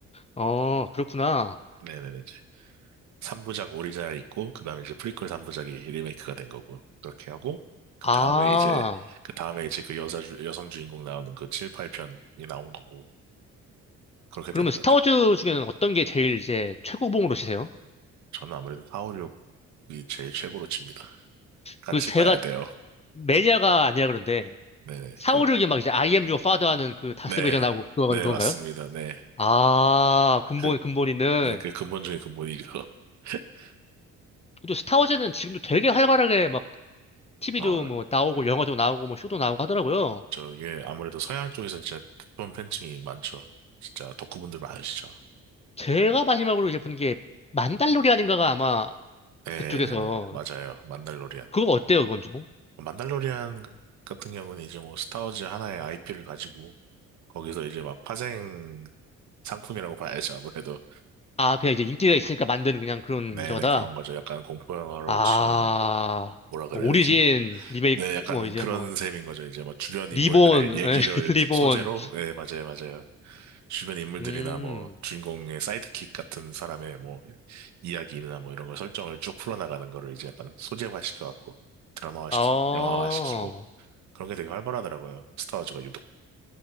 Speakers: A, on the left; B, on the right.
A: 어, 그렇구나.
B: 네네네 3부작 오리지널 있고 그다음에 이제 프리퀄 3부작이 리메이크가 된 거고 그렇게 하고 그
A: 아,
B: 다음에 이제 그 다음에 이제 그 여자 주- 여성 주인공 나오는 그 7, 8편이 나온 거고 그렇게
A: 그러면
B: 되는 거죠.
A: 스타워즈 중에는 어떤 게 제일 이제 최고봉으로 치세요?
B: 저는 아무래도 4, 5, 6이 제일 최고로 칩니다. 같이
A: 그 제가
B: 봐야 돼요.
A: 매니아가 아니라 그런데,
B: 네네
A: 사우6이
B: 그
A: 막 이제 I am your father 하는 그 다스베이저
B: 네.
A: 나오고 그거는
B: 네,
A: 그건가요?
B: 맞습니다. 네.
A: 아, 근본,
B: 그
A: 근본 있는.
B: 네, 그 근본 중에 근본이죠. <laughs>
A: 또 스타워즈는 지금도 되게 활발하게 막 TV도
B: 아,
A: 뭐 나오고
B: 네.
A: 영화도 나오고 뭐 쇼도 나오고 하더라고요.
B: 저 이게 아무래도 서양 쪽에서는 진짜 특본 팬층이 많죠. 진짜 덕후분들 많으시죠.
A: 제가 마지막으로 이제 본 게 만달로리안인가가 아마
B: 네네네
A: 그쪽에서
B: 맞아요. 만달로리안.
A: 그거 어때요 그건 좀?
B: 만달로리안 같은 경우는 이제 뭐 스타워즈 하나의 IP를 가지고 거기서 이제 막 파생 상품이라고 봐야죠. 아무래도.
A: 아 그냥 이제 인기가 있으니까 만든 그냥 그런
B: 네네,
A: 저거다.
B: 그런 거죠. 약간 공포 영화로
A: 아
B: 치면은 뭐라 그래야
A: 뭐 오리진
B: 되지?
A: 리메이크
B: 네, 약간
A: 뭐 이제
B: 그런
A: 뭐
B: 셈인 거죠. 이제 뭐 주변 인물들의
A: 리본
B: 얘기를
A: <laughs> 리본
B: 소재로, 네, 맞아요, 맞아요. 주변 인물들이나
A: 음.
B: 뭐 주인공의 사이드킥 같은 사람의 뭐 이야기나 뭐 이런 걸 설정을 쭉 풀어나가는 거를 이제 약간 소재화 시켜갖고 드라마화 시키고
A: 어.
B: 영화화 시키고 그런 게 되게 활발하더라고요. 스타워즈가 유독.